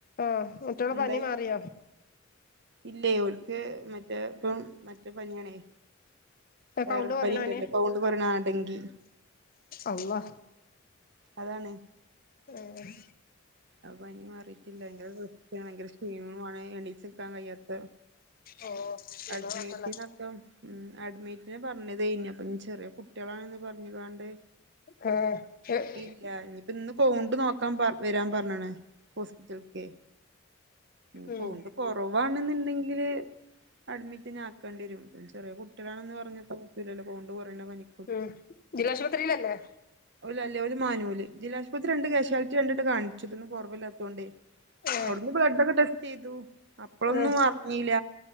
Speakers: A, on the left; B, on the right.
A: ആഹ് മറ്റൊള
B: ഇണ്ടായില്ല
A: പനി മാറിയാ
B: ഇല്ലേ ഇവൾക്ക് മറ്റേ ഇപ്പം മറ്റേ പനിയാണേ വേറൊരു
A: കൗണ്ട് കുറയണ
B: പനി ഇണ്ടല്ലേ
A: പനിയാ
B: കൗണ്ട് കുറഞ്ഞ ആഹ് ഡെങ്കി
A: അള്ളാ
B: അതാണ്
A: ആഹ്
B: അപ്പ പനി മാറിയിട്ടില്ല ഭയങ്കര <unintelligible> ഭയങ്കര ക്ഷീണമാണ് എണീച്ച് നിക്കാൻ കഴിയാത്ത
A: ഓ
B: അഡ്മീറ്റ്
A: എന്താ കുഴപ്പല്ല
B: <unintelligible> ഉം അഡ്മിറ്റിന് പറഞ്ഞതായിരുന്നു അപ്പം ചെറിയ കുട്ടികളാണന്ന് പറഞ്ഞുംങ്ങാണ്ട്
A: <unintelligible>
B: ഇല്ല ഇനിയിപ്പ ഇന്ന് കൗണ്ട് നോക്കാൻ പർ വെരാൻ പറഞ്ഞാണ് ഹോസ്പിറ്റൽക്കേ ഇനി
A: ഉം
B: കൗണ്ട് കൊറവാണ്ന്ന്ണ്ടെങ്കില് അഡ്മിറ്റന്നെ ആക്കേണ്ടി വരും ചെറിയ കു ട്ട്യളാണെന്ന് പറഞ്ഞ പറ്റൂലല്ലോ കൗണ്ട് കൊറയണ പനി
A: ഉം ജില്ലാശുപത്രിയിലല്ലേ
B: ഓല് അല്ലെ ഓര് മാനൂല് ജില്ല ആശുപത്രിണ്ട് കാഷ്യാലിറ്റി രണ്ട് വട്ടം കാണിച്ചതൊന്നും കൊറവില്ലാത്തോണ്ടേ
A: ഏ
B: അവിടുന്ന് ബ്ലഡൊക്കെ ടെസ്റ്റെയ്‌തു അപ്പളൊന്നും
A: ഏ
B: അറിഞ്ഞീല